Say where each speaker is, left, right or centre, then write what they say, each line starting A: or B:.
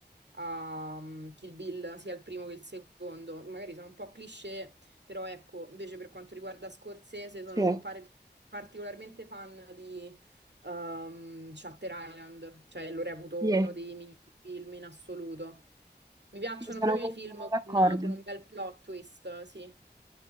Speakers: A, on the right; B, on the right.
A: a, mm, Kill Bill, sia il primo che il secondo. Magari sono un po' cliché, però ecco, invece per quanto riguarda Scorsese sono
B: sì,
A: pare- particolarmente fan ehm, Shutter Island, cioè lo reputo
B: sì,
A: uno dei migliori film in assoluto. Mi piacciono
B: sì, sono
A: proprio
B: molto
A: i film
B: d'accordo.
A: con, con un bel plot twist, sì.